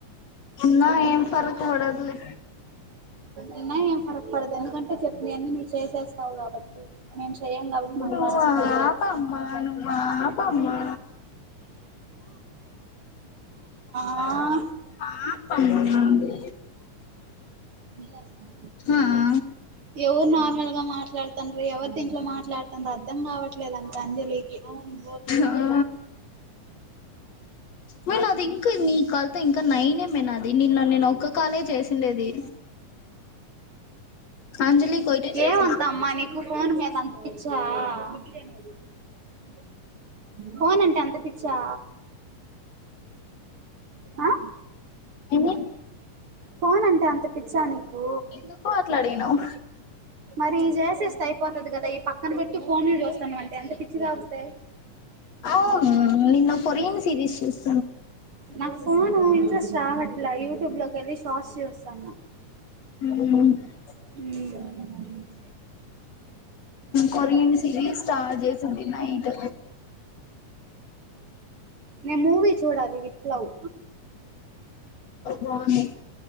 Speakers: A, on the left (about 55°); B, on the right (about 50°).
A: ఉన్నా ఏం ఫరక్ పడదులే
B: అయినా ఏం ఫరక్ పడదు ఎందుకంటే చెప్పిన అన్ని నువ్వు చేసేస్తావు కాబట్టి మేము చేయం కాబట్టి మాకు
A: నువ్వు
B: ఫరక్ పడదు.
A: ఆపమ్మా నువ్వు ఆపమ్మా
B: ఆ
A: ఆపమ్మ
B: మీకోసమే
A: హా హా
B: ఎవరు నార్మల్ గా మాట్లాడుతాండ్రు ఎవరు దీంట్లో మాట్లాడుతాండ్రో అర్థం కావట్లేదంట అంజలికి హ్మ్మ్.
A: ఆ మే అది ఇంకా నీ కళ్త ఇంకా నైనే మేనా అది నిన్న నిన్న ఒక కాలే చేసిండేది అంజలి కొయిటే చేసా
B: ఏవంత అమ్మా నీకు ఫోన్ మేలంత ఇచ్చా <unintelligible> ఫోన్ అంటే అంతా పిచ్చా ఆ
A: ఏమ
B: ఫోన్ అంటే అంత పిచ్చా నీకు
A: ఎందుకు మాట్లాడినవు
B: మరి ఈ జేసిస్తే అయిపోతది కదా ఈ పక్ పక్కన పెట్టి ఫోన్ ను చూస్తన్నా అంటే అంత పిచ్చి కాకపోతే
A: అవును నిన్న కొరీయా సిరీస్ చూసి
B: నాకు పోను ఇంట్రెస్ట్ రావట్లే ఇలా యూట్యూబ్ లోకి వెళ్లి షార్ట్స్ చూస్తాన్న
A: ఉ
B: ఊ
A: కొరియన్ సిరీస్ స్టార్ట్ చేసింది నైట్
B: నేను మూవీ చూడాలి విత్ లవ్
A: బాగుంది